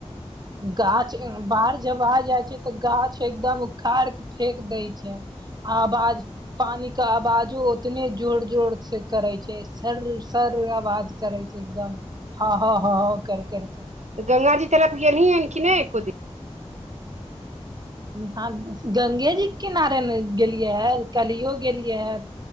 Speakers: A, on the right (about 35°); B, on the right (about 85°).
A: गाछ अ बाढ़ जब आ जाई छै तऽ गाछ एकदम उखार फेक दै छै आ आवाज पानी के आवाजो उतने जोर जोर से करे छै सर्र सर्र आवाज करै छै एकदम ह ह ह ह कर करिक
B: तऽ गंगाजी तरफ गेलहीन की नहि एक्को दिन
A: ह गंगेजीके किनारेमे गेलियै हे कलियो गेलियै ह